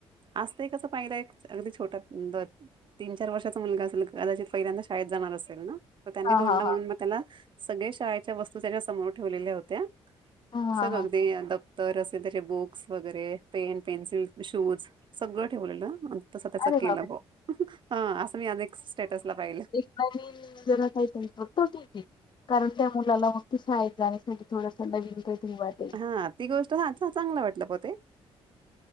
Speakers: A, on the right (about 40°); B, on the left (about 40°).
A: असतंय कसं पाहिलं एक अगदीं छोटंसं तीनं चार वर्षाचा मुलंगा असेल कदांचित पहिल्यांदां शाळेंत जाणारं असेलं नां त्यांनी
B: हा
A: धोडां
B: हा हा
A: म्हणूंन मंग त्यांला सगळें शाळेच्यां वस्तूं त्यांच्या समोर ठेवलेल्यां होत्यां
B: हा हा
A: सगगदी
B: हा
A: अ द <unintelligible> तरं असेलं त्यांचे बुक्स वगैरें पेन पेन्सिल शूंज सगळं ठेवलें नां तसं त्यांचा
B: अरे
A: केलां
B: बापरे
A: बां हां असं मी अनेक स्टेटंस लां पाहिलं
B: जरां कांहीं फतो ठीकं आहे कारणं त्यां मुलांला मंग तं शाळेंत जाण्यांसांठी थोडांसां लवीनक ठेऊवाचं
A: हां ती गोष्टं हां चांगलं वाटलं पणं ते